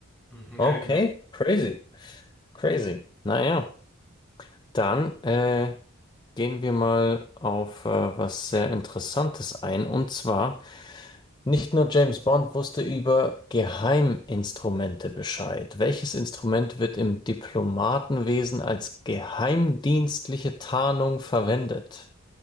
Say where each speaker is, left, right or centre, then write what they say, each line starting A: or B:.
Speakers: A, in the centre; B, on the left.
A: Mhm,
B: Okay,
A: ja, genau.
B: crazy, crazy. Naja, dann äh, gehen wir mal auf äh, was sehr Interessantes ein. Und zwar, nicht nur James Bond wusste über Geheiminstrumente Bescheid. Welches Instrument wird im Diplomatenwesen als geheimdienstliche Tarnung verwendet?